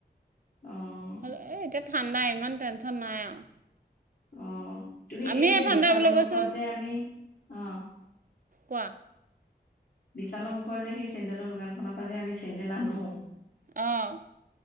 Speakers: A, on the left; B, on the right.
A: অ
B: হল এ এতিয়া ঠাণ্ডা ইমান টেনচন নাই আৰু।
A: অ তুমি
B: আমিয়ে
A: এই যে
B: ঠাণ্ডা
A: বিশালৰ
B: বুলি
A: মুখত
B: কৈছোঁ
A: যে আমি অ
B: কোৱা
A: বিশালৰ মুখৰ যে সেই চেন্দেলৰ দোকানখনৰ পৰা যে আমি চেন্দেল আনো
B: অঁ